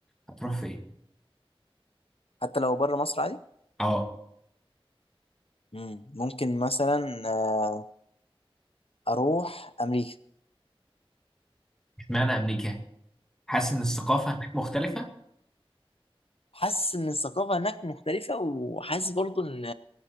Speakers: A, in the centre; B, on the left.
A: هتروح فين
B: حتى لو بره مصر عادي
A: اه
B: مم. ممكن مثلا آه، اروح امريكا
A: اشمعنى امريكا حاسس ان الثقافه هناك مختلفه
B: حاسس ان الثقافه هناك مختلفه وحاسس برضو ان